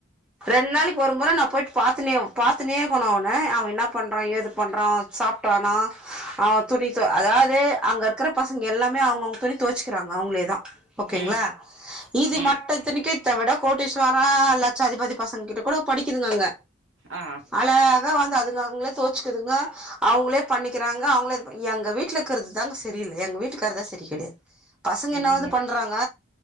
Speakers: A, in the centre; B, on the right.
A: ரெண் நாளைக்கு ஒரு முற நா போயிட்டு பாத்துன்னேவு பாத் துன்னேக்கனு அவன அவ என்னா பண்றா ஏது பண்றா சாப்டானா அவ துணி தொ அதா து அங்க இருக்குற பசங்க எல்லாமே அவுங்கவுங்க துணி தோச்சுக்கிறாங்க அவுங்ளேதா ஓகேங்ளா
B: ம்
A: இது
B: ம்
A: மட்டு இத்தனக்கி இத விட கோட்டீஸ்வரம் லட்சாத்திபதி பசங்க கிட்ட கூட படிக்குதுங்காங்க
B: ஆ
A: அழகா வந்த அதுக்குத்தான் தோச்சுக்குதுங்க அவங்களே பண்ணிக்கிறாங்க அவங்கள எங்க வீட்டல இருகுறது தான் சரியில்லை எங்க வீட்டுக்கார தான் சரி கிடையாது பசங்க
B: இல்லைங்க
A: என்னாவது பண்றாங்க